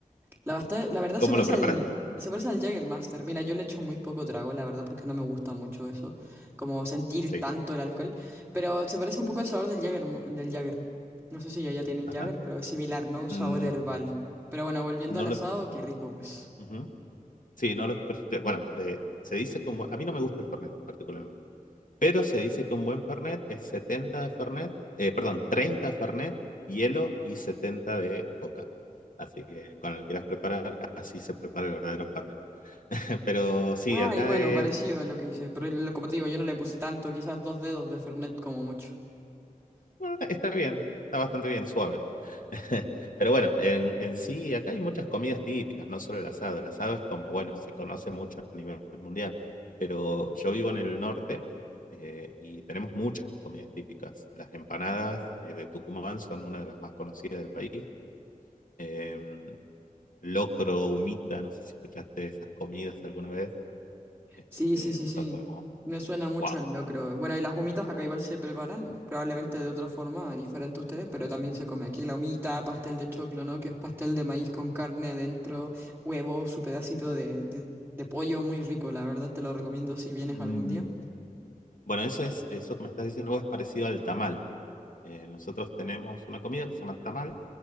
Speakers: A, on the right; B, on the left.
A: La, basta- la verdad
B: ¿Y cómo
A: se parece
B: lo preparaste?
A: al, se parece al Jägermeister. Mira, yo le echo muy poco trago, la verdad, porque no me gusta mucho eso, como sentir
B: Sí.
A: tanto el alcohol. Pero se parece un poco al sabor del Jäger, del Jäger. No sé si ya, ya tienen
B: Ajá.
A: Jäger, pero es similar, ¿no? Un sabor
B: Mm,
A: herbal. Pero bueno, volviendo
B: no
A: al asado,
B: lo...
A: qué rico, pues.
B: Ujú. Sí, no lo escuché. Bueno, eh, se dice que un buen- a mí no me gusta el Fernet particularmente, pero se dice que un buen Fernet es 70 de Fernet, eh, perdón, 30 de Fernet, hielo y 70 de coca. Así que cuando lo quieras preparar, así se prepara el verdadero Fernet. <laughs> Pero sí,
A: Ay,
B: acá
A: bueno,
B: es
A: parecido a lo que hice, pero lo- como te digo, yo no le puse tanto, quizás dos dedos de Fernet como mucho.
B: Bueno, está está bien, está bastante bien, suave. <laughs> Pero bueno, en, en sí, acá hay muchas comidas típicas, no solo el asado. El asado es como, bueno, se conoce mucho a nivel mundial, pero yo vivo en el norte eh, y tenemos muchas comidas típicas. Las empanadas eh, de Tucumán son una de las más conocidas del país. Em, locro, humita, no sé si escuchaste esas comidas alguna vez. Este,
A: Sí, sí, sí, sí.
B: son como,
A: Me suena mucho
B: wow.
A: el locro. Bueno, y las humitas acá igual se preparan, probablemente de otra forma, diferente a ustedes, pero también se come aquí la humita, pastel de choclo, ¿no? Que es pastel de maíz con carne dentro, huevo, su pedacito de, de, de pollo, muy rico, la verdad, te lo recomiendo si vienes
B: Mm.
A: algún día.
B: Bueno, eso es, eso que me estás diciendo vos es parecido al tamal. Eh, nosotros tenemos una comida que se llama tamal,